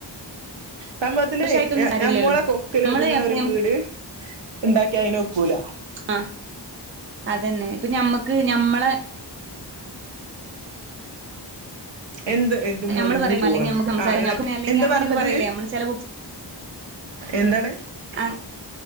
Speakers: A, on the right; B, on the right.
A: സംഭവത്തില്
B: സന്തോഷായിട്ടൊന്നും കാര്യല്ലല്ലോ.
A: ഞമ്മളെ കൊക്കില്
B: നമ്മള്
A: ഒതുങ്ങ്ണ
B: എപ്പഴും
A: ഒരു വീട് ഇണ്ടാക്കിയാല് അയിന് ഒക്കൂല
B: ആ അതന്നെ ഇപ്പൊ ഞമ്മക്ക് ഞമ്മളെ
A: എന്ത് ഏ ഇത് മുറിഞ്ഞു
B: ഞമ്മള് പറയും
A: പോവാണ്
B: അല്ലെങ്കി നമുക്ക് സംസാരം
A: ആ
B: നമുക്ക് അല്ലെങ്കി
A: എന്താ
B: അങ്ങനൊക്കെ
A: പറഞ്ഞത്
B: പറയില്ലേ നമ്മള് ചെല
A: എന്താണ്
B: ആ